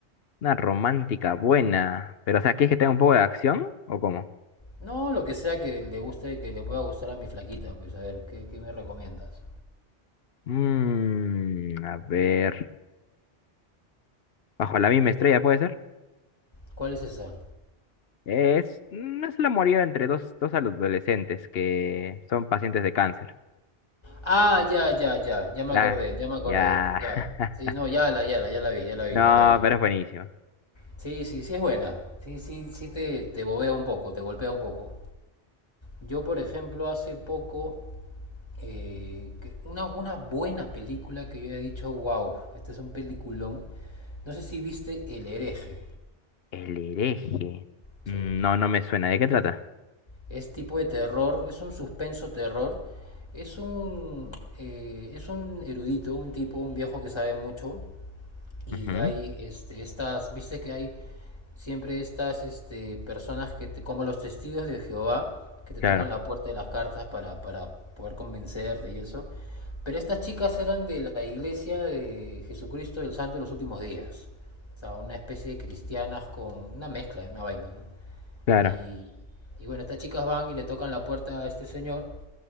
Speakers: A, on the left (about 60°); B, on the left (about 25°).
A: Una romántica buena. Pero, o sea, ¿quieres que tenga un poco de acción? ¿O cómo?
B: No, lo que sea que le guste, que le pueda gustar a mi flaquita, pues a ver, ¿qué, qué me recomiendas?
A: Mmm, a ver. Bajo la misma estrella, ¿puede ser?
B: ¿Cuál es esa?
A: Es, mm, es el amorío entre dos, dos adolescentes que son pacientes de cáncer.
B: Ah, ya, ya, ya, ya me
A: La,
B: acordé, ya me acordé,
A: ya.
B: ya.
A: <laughs>
B: Sí, no, ya la, ya la, ya la vi, ya la vi,
A: No,
B: ya la vi.
A: pero es buenísimo.
B: Sí, sí, sí es buena. Sí, sí, sí te, te bobea un poco, te golpea un poco. Yo, por ejemplo, hace poco, eh, que- una, una buena película que yo he dicho, wow, este es un peliculón. No sé si viste El hereje.
A: El hereje.
B: Sí.
A: Mm, No, no me suena. ¿De qué trata?
B: Es tipo de terror, es un suspenso terror. Es un, eh, es un erudito, un tipo, un viejo que sabe mucho. Y
A: Ujú,
B: hay este, estas, viste que hay siempre estas este, personas que te- como los testigos de Jehová que te
A: Claro,
B: tocan la puerta de las cartas para, para poder convencerte y eso. Pero estas chicas eran de la iglesia de Jesucristo del Santo de los últimos días. O sea, una especie de cristianas con una mezcla, una vaina, ¿no?
A: claro.
B: Y, y bueno, estas chicas van y le tocan la puerta a este señor,